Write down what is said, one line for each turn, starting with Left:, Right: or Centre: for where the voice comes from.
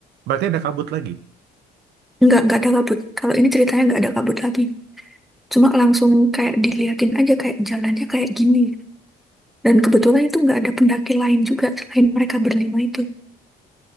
Right: Berarti ada kabut lagi.
Centre: Nggak, nggak ada kabut. Kalau ini ceritanya nggak ada kabut lagi. Cuma langsung kayak diliatin aja kayak jalannya kayak gini. Dan kebetulan itu nggak ada pendaki lain juga selain mereka berlima itu.